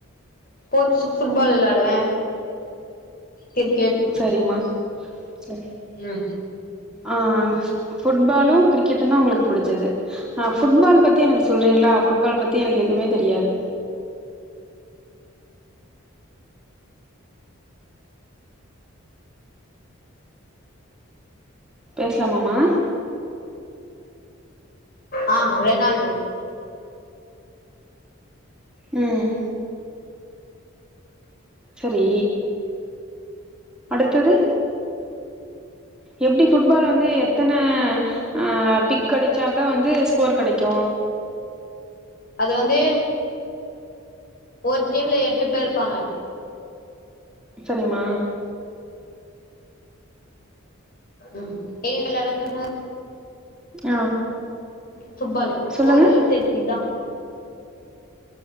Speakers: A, on the left; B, in the centre.
A: ஸ்போட்ஸ்ஸு ஃபுட்பால் விளாடுவே கிரிக்கெட்
B: சரிம்மா சரி
A: ம்
B: ஆ ஃபுட்பாலு கிரிக்கெட்டு தா உங்களுக் புடிச்சது ஆ ஃபுட்பால் பத்தி எனக் சொல்றீங்ளா ஃபுட்பால் பத்தி எனக் எதுமே தெரியாது பேஸ்லாமாமா
A: ஆ ரெனால்டு
B: ம் சரி அடுத்தது எப்டி புட்பால் வந்து எத்தன ஆ டிக் அடிச்சாக்கா வந்து ஸ்கோர் கெடைக்கு
A: அது வந்து ஒரு டீம்ல எட்டு பேர் இருப்பாங்க
B: சேரிமா
A: ம் <unintelligible>
B: ஆ
A: ஃபுட் பாலு
B: சொல்லுங்க
A: ஓரளவு தெரியு இதா